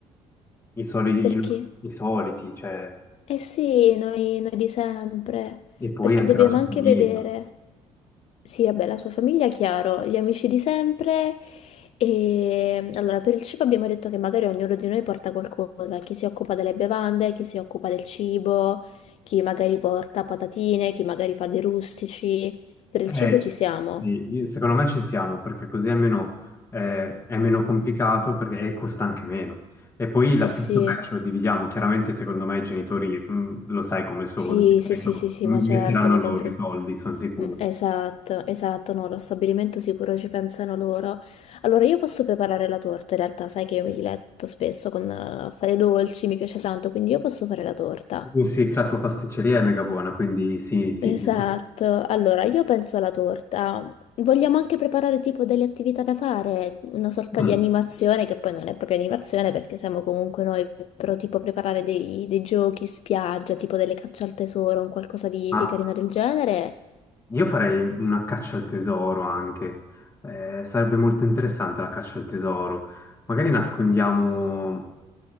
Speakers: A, on the left; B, on the left.
A: i soli-
B: perché?
A: i- no, i soliti, cioè,
B: Eh sì, noi, noi di sempre,
A: e poi
B: perché
A: anche
B: dobbiamo
A: la sua
B: anche
A: famiglia.
B: vedere, sì, vabbè, la sua famiglia, chiaro, gli amici di sempre, e allora per il cibo abbiamo detto che magari ognuno di noi porta qualcosa, chi si occupa delle bevande, chi si occupa del cibo, chi magari porta patatine, chi magari fa dei rustici, per il
A: Eh,
B: cibo ci siamo,
A: sì, io- secondo me ci siamo, perché così almeno eh, è meno complicato perché, e costa anche meno. E poi l'affitto,
B: eh sì.
A: beh, ce lo dividiamo. Chiaramente, secondo me, i genitori, mh, lo sai come sono,
B: Sì,
A: di solito,
B: sì, sì, sì, sì,
A: mh,
B: ma
A: metteranno
B: certo, ma
A: loro
B: contribu-
A: i soldi, sono sicuro.
B: Mm, Esatto, esatto, no, lo stabilimento sicuro ci pensano loro. Allora, io posso preparare la torta, in realtà, sai che io mi diletto spesso con eh, fare dolci, mi piace tanto, quindi io posso fare la torta.
A: Uh, Sì, la tua pasticceria è mega buona, quindi sì, sì.
B: Esatto,
A: <laughs>
B: allora io penso alla torta. Vogliamo anche preparare tipo delle attività da fare, una sorta
A: Mm,
B: di animazione che poi non è proprio animazione perché siamo comunque noi, però tipo preparare dei, dei giochi spiaggia, tipo delle caccia al tesoro, un qualcosa di,
A: Ma
B: di carino del genere.
A: Io farei una caccia al tesoro anche. Eh, sarebbe molto interessante la caccia al tesoro. Magari nascondiamo.